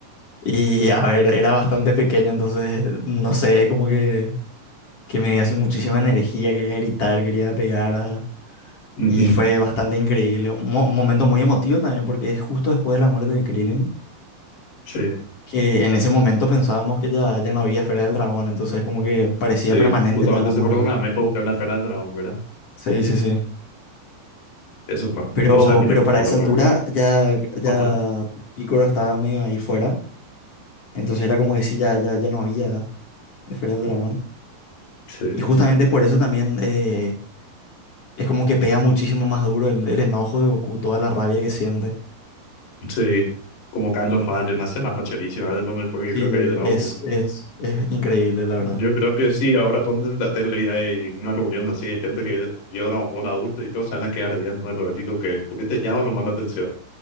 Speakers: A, on the left; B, on the left.
A: Y a ver, era bastante pequeño, entonces no sé, es como que. que me dio así muchísima energía, quería gritar, quería pegar a-
B: Ujú.
A: Y fue bastante increíble. Un, mo- un momento muy emotivo también, porque es justo después de la muerte de Krillin,
B: Sí,
A: que en ese momento pensábamos que ya, ya no había esfera del dragón, entonces como que parecía
B: sí,
A: permanente
B: justamente
A: ya la
B: se
A: muerte.
B: fueron a México a buscar la esfera del dragón, ¿verdad?
A: Sí, sí, sí.
B: Eso fue, vos
A: Pero,
B: sabés que yo
A: pero
B: me acuerdo,
A: para esa
B: güey.
A: altura ya, ya
B: Ajá,
A: Picoro estaba medio ahí fuera, entonces era como que sí, ya, ya, ya no había esfera del dragón.
B: sí,
A: Y justamente por eso también eh, es como que pega muchísimo más duro el, el enojo de Goku, toda la rabia que siente.
B: sí, como Carlos Rayos, una escena facherísima, es lo mejor que
A: Sí,
B: creo que hay de Dragon
A: es,
B: Ball.
A: es, es increíble, la verdad.
B: Yo creo que sí, ahora ponen la tele y hay una reunión así de gente que vio Dragon Ball adulto y todos se van a quedar viendo lo épico que tuviste ya o no manda atención.